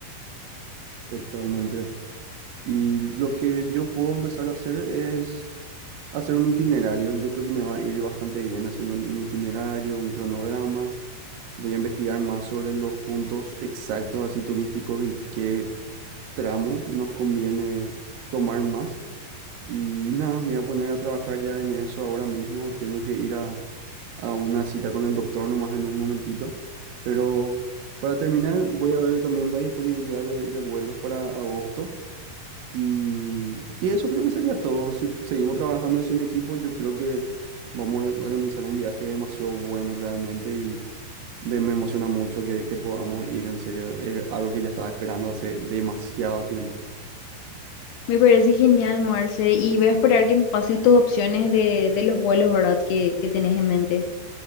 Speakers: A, on the right; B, on the left.
A: Totalmente. Y lo que yo puedo empezar a hacer es hacer un itinerario. Yo creo que me va a ir bastante bien haciendo un itinerario, un cronograma. Voy a investigar más sobre los puntos exactos así turísticos y qué tramo nos conviene tomar más. Y nada, me voy a poner a trabajar ya en eso ahora mismo. Tengo que ir a, a una cita con el doctor nomás en un momentito. Pero para terminar, voy a ver también la disponibilidad de, de vuelos para agosto. Y, y eso creo que sería todo. Si seguimos trabajando así en equipo, yo creo que vamos a or- organizar un viaje demasiado bueno realmente. Y me, me emociona mucho que, que podamos ir, en serio. Es algo que ya estaba esperando hace demasiado tiempo.
B: Me parece genial, Marce, y voy a esperar que me pases tus opciones de, de los vuelos, ¿verdad? Que, que tenés en mente.